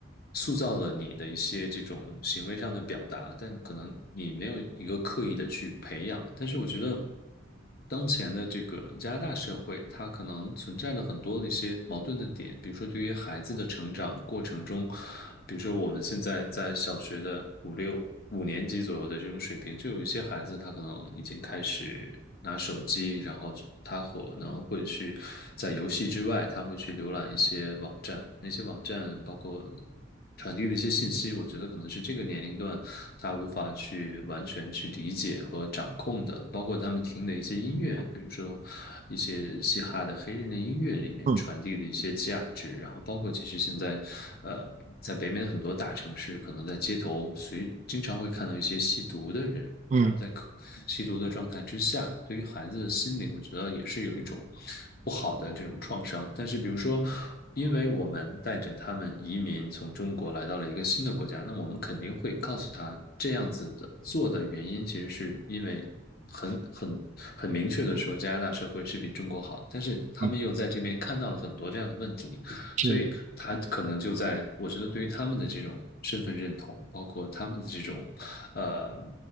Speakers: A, on the left; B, on the right.
A: 塑造了你的一些这种行为上的表达，但可能你没有一个刻意的去培养。但是我觉得。当前的这个加拿大社会，它可能存在着很多的一些矛盾的点，比如说对于孩子的成长过程中，比如说我们现在在小学的五六五年级左右的这种水平，就有一些孩子他可能已经开始拿手机，然后他可能会去在游戏之外，他会去浏览一些网站，那些网站包括。传递的一些信息，我觉得可能是这个年龄段他无法去完全去理解和掌控的，包括他们听的一些音乐，比如说一些嘻哈的黑人的音乐里面传递的一些价值，
B: 嗯
A: 然后包括其实现在，呃，在北美的很多大城市，可能在街头随经常会看到一些吸毒的人，
B: 嗯
A: 他们在可吸毒的状态之下，对于孩子的心灵，我觉得也是有一种不好的这种创伤。但是，比如说因为我们带着他们移民从中国来到了一个新的国家，那我们肯定会告诉他这样子的做的原因，其实是因为很很很明确的说，加拿大社会是比中国好，但是他们又在这边看到了很多这样的问题，
B: 嗯，是。
A: 所以他可能就在，我觉得对于他们的这种身份认同，包括他们的这种呃